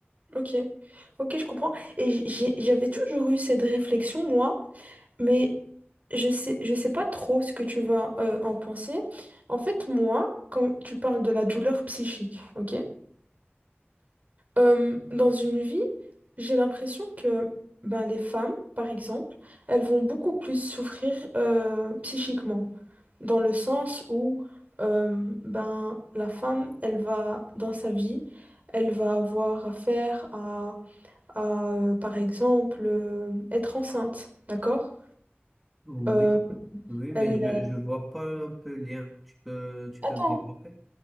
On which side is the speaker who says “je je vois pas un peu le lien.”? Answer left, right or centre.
Centre